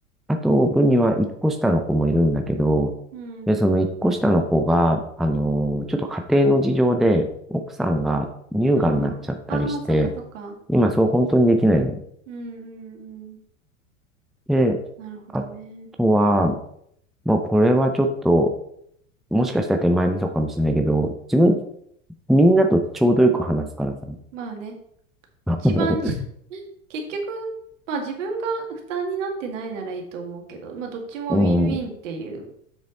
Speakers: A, in the centre; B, on the right.
A: あと部には一個下の子もいるんだけど、
B: うん。
A: で、その一個下の子が、あのーちょっと家庭の事情で、奥さんが乳がんになっちゃったりして、
B: あーあー、そっかそっか。
A: 今そう本当にできないん
B: うんうんうん。
A: で、
B: なるほどね。
A: あとは、まあ、これはちょっと、もしかしたら手前味噌かもしれないけど、自分、みんなとちょうどよく話すからさ。
B: まあね。一番ち、
A: <laughs>
B: <laughs> 結局、まあ自分が負担になってないならいいと思うけど、まあどっちもウィンウィンっていう。
A: うん。